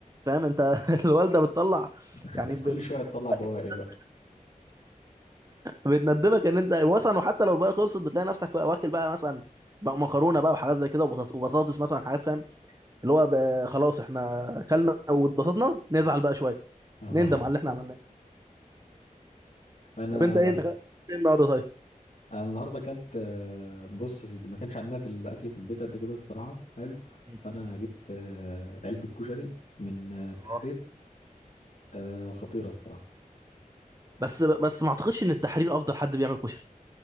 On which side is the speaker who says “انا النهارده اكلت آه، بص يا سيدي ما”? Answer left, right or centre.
Left